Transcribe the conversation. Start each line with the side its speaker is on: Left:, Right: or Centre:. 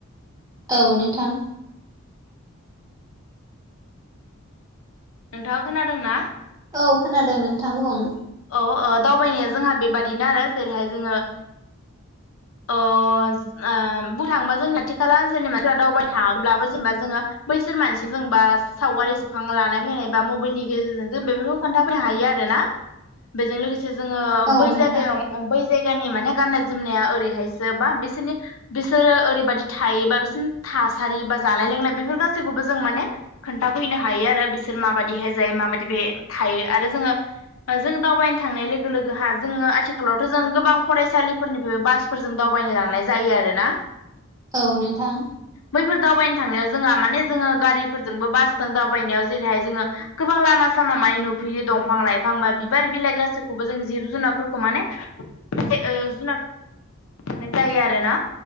Right: औ नोंथां
Left: नोंथाङा खोनादों ना?
Right: औ खोनादों नोंथां बुं?
Left: औ अ दावबायनाया जोंहा बेबादिनो आरो जेरैहाय जोङो अ ओ बुं थाङोबा जोंनि खाथि खाला ओनसोलनि मानसिफ्रा दावबाय थाब्लाबो जेनेबा जोङो बैसोर मानसि जोंबा सावगारिखां लानाय फैनाय बा मबेइलनि गेजेरजों जों बेफोरखौ खोन्थाफैनो हायो आरो ना बेजों लोगोसे जोङो
Right: औ
Left: बै
Right: नोंथां
Left: जायगायाव बै जायगानि माने गाननाय जोमनाया ओरैहायसो बा बिसोरनि बिसोरो ओरैबायाददि थायोबा बिसोरनि थासारि बा जानाय लोंनाय बेफोर गासैखौबो जों माने खोन्थाफैनो हायो आरो बिसोर माबायदिहाय जायो माबायदि बे थायो आरो जोङो जों दावबायनो थांनाय लोगो लोगो हा जोङो आथिखालावथ' जों गोबां फरायसालिफोरनिफ्राय बास फोरजों दावबायनो लांनाय जायो आरोना।
Right: औ नोंथां।
Left: बैफोर दावबायनो थांनायाव जोंहा माने जोङो गारिफोरजोंबो बासजों दावबायनायाव जेरैहाय जोङो गोबां लामा सामा मान नुफैयो दंफां लाइफां बिफां बा बिबार बिलाइ गासैखौबो जों जिब जुनारफोरखौ माने ओ जुनार <unintelligible> जायो आरो ना